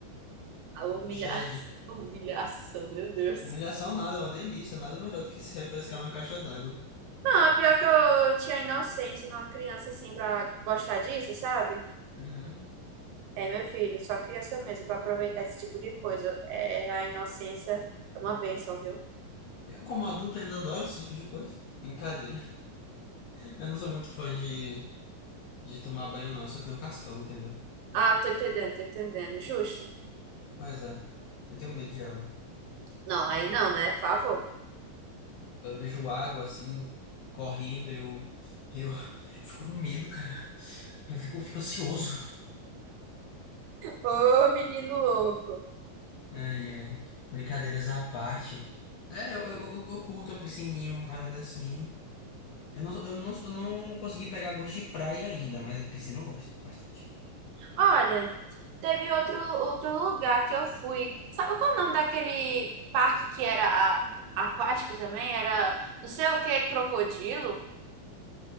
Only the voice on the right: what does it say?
A humilha...
<laughs> Humilhação, meu Deus.
Não, é pior que eu tinha inocência, eu era uma criança assim, pra gostar disso, sabe?
É, meu filho, só criança mesmo para aproveitar esse tipo de coisa. É, a inocência é uma bênção, viu?
Ah, tô entendendo, tô entendendo. Justo.
Não, aí não, né? Por favor.
Ô, menino louco.
Olha, teve outro, outro lugar que eu fui. Sabe qual é o nome daquele parque que era a- aquático também? Era não sei o que, crocodilo?